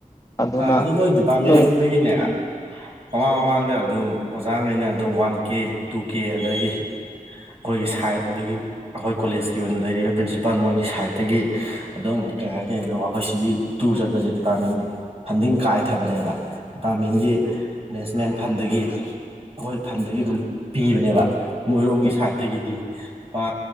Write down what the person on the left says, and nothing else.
ꯑꯗꯨꯅ
ꯎꯝ
ꯎꯝ